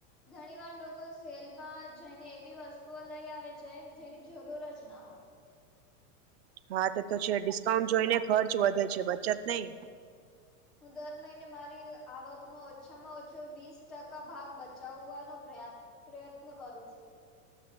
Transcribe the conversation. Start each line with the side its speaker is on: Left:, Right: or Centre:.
Centre: ઘણી વાર લોકો સેલમાં જઈને એવી વસ્તુઓ લઈ આવે છે જેની જરૂર જ ના હોય.
Right: હા તો તો છે ડિસ્કાઉન્ટ જોઈને ખર્ચ વધે છે બચત નઈ.
Centre: હ. હું દર મહિને મારી આવકનો ઓછામાં ઓછો વીસ ટકા ભાગ બચાવવાનો પ્રયાત્ પ્રયત્ન કરું છું.